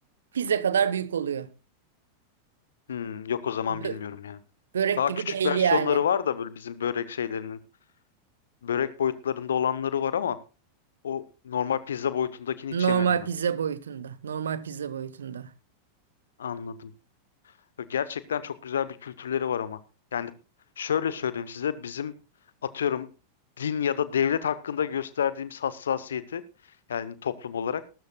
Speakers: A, on the right (about 65°); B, on the left (about 65°).
A: Pizza kadar büyük oluyor.
B: Hmm, yok o zaman
A: Bö-
B: bilmiyorum ya.
A: börek
B: Daha
A: gibi
B: küçük
A: değil
B: versiyonları
A: yani.
B: var da böyle bizim börek şeylerinin. Börek boyutlarında olanları var ama o normal pizza boyutundakini
A: Normal
B: hiç yemedim ben.
A: pizza boyutunda. Normal pizza boyutunda.
B: Anladım. Gerçekten çok güzel bir kültürleri var ama. Yani şöyle söyleyeyim size bizim atıyorum din ya da devlet hakkında gösterdiğimiz hassasiyeti yani toplum olarak